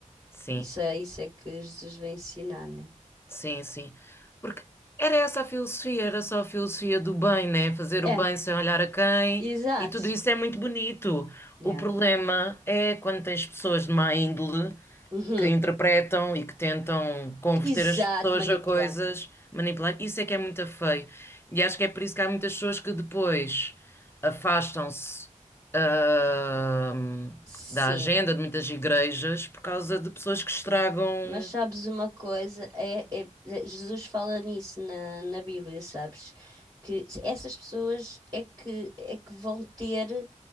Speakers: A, on the left (about 20°); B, on the right (about 30°).
A: sim,
B: Isso é isso é que Jesus vem ensinar, né?
A: sim, sim. Porque era essa a filosofia, era só a filosofia do bem, né? Fazer
B: É,
A: o bem sem olhar a quem,
B: exato.
A: e tudo isso é muito bonito.
B: Yeah.
A: O problema é quando tens pessoas de má índole
B: Uhum.
A: que interpretam e que tentam converter
B: Exato,
A: as pessoas
B: manipular.
A: a coisas, manipular. Isso é que é muito feio. E acho que é por isso que há muitas pessoas que depois afastam-se, ahm,
B: Sim.
A: da agenda de muitas igrejas por causa de pessoas que estragam.
B: Mas sabes uma coisa? É, é- Jesus fala nisso na, na Bíblia, sabes? Que essas pessoas é que, é que vão ter